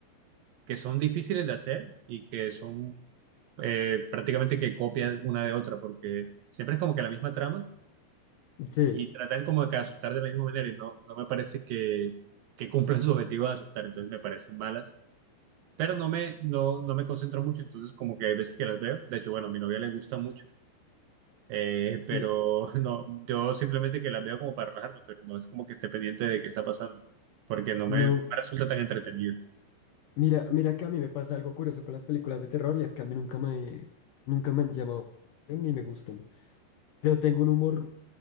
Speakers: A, on the right; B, on the left.
A: que son difíciles de hacer y que son eh, prácticamente que copian una de otra, porque siempre es como que la misma trama
B: Sí,
A: y tratan como que asustar de la misma manera y no, no me parece que, que cumplan su objetivo de asustar, entonces me parecen malas. Pero no me, no, no me concentro mucho, entonces como que hay veces que las veo. De hecho, bueno, a mi novia le gusta mucho Eh, pero
B: mi-
A: <laughs> no, yo simplemente que las veo como para relajarme, pero no es como que esté pendiente de qué está pasando, porque no me,
B: no,
A: no me resulta tan entretenido.
B: mira, mira que a mí me pasa algo curioso con las películas de terror y es que a mí nunca me, nunca me han llamado ni me gustan. Pero tengo un humor